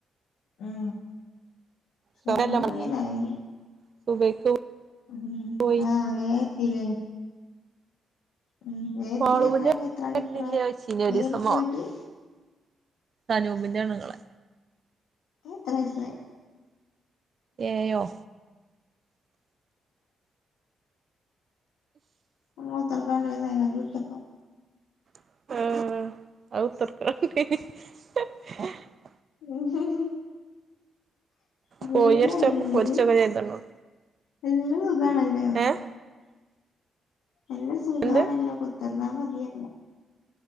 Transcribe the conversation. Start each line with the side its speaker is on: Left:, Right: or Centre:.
Left: ഉ ഷൊർണൂര്
Right: ഷൊർണ്ണൂരല്ലേ മുങ്ങിയേ
Left: <unintelligible>
Right: <unintelligible>
Left: ഉ
Right: പോയി
Left: ആ വേത്തില്ലേ ഉം വേ എത്തിയർഞ്ഞാല്
Right: മാളൂന്റെ
Left: എത്രമണിക്കൂറാ
Right: വരുന്നില്ലേ ചോയ്ച്ചീനി ഒരീസം
Left: എഴണിക്ക് പോയിട്ട്
Right: അനൂപിന്റെണ്ണുങ്ങളെ
Left: എത്ര വയസ്സായി
Right: ഏയോ
Left: <unintelligible>
Right: ആഹ <unintelligible>
Left: ഉ <unintelligible>
Right: കോഴിയിറച്ചിയൊക്കെ പൊരിച്ചൊക്കെ ചെയ്തന്നോണ്ട് ഏഹ്
Left: നല്ല സുഖമാണല്ലോ
Right: എന്ത്
Left: കുത്തർന്നാ മതിയല്ലോ